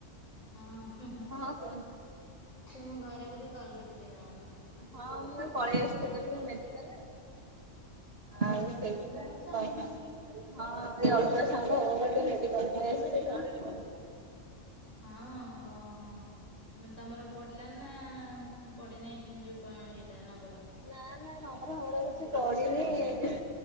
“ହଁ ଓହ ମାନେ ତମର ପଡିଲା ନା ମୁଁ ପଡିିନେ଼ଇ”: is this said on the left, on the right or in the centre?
Left